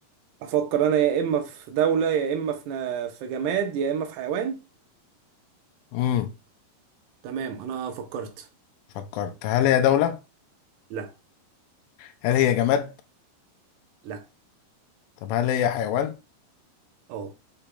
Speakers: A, on the right; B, on the left.
A: افكر انا يا اما في دولة يا اما في نا- في جماد يا اما في حيوان
B: امم
A: تمام انا فكرت
B: فكرت هل هي دولة
A: لا
B: هل هي جماد
A: لا
B: طب هل هي حيوان
A: اه